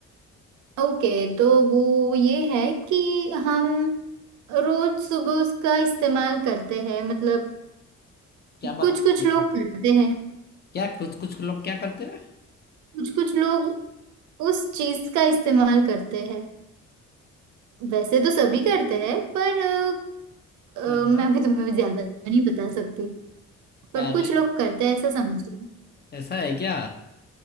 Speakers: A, on the right; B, on the left.
A: ओके तो वो ये है कि हम रोज सुबह उसका इस्तेमाल करते हैं मतलब
B: क्या बात
A: कुछ
B: कर
A: कुछ
B: रहे
A: लोग
B: हो?
A: करते हैं
B: क्या कुछ कुछ लोग क्या करते हैं
A: कुछ कुछ लोग उस चीज का इस्तेमाल करते हैं वैसे तो सभी करते हैं पर अ, अ,
B: ओहो,
A: मैं भी तुम्हें ज्यादा नहीं बता सकती पर
B: अरे
A: कुछ लोग करते हैं ऐसा समझो
B: ऐसा है क्या